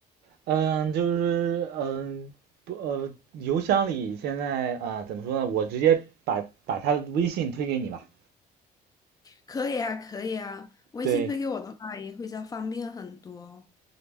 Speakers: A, on the right; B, on the left.
A: 嗯，就是嗯不呃，邮箱里现在啊、怎么说呢？我直接把把他的微信推给你吧。
B: 可以啊，可以啊。微信推给我的话也会比较方便很多。
A: 对，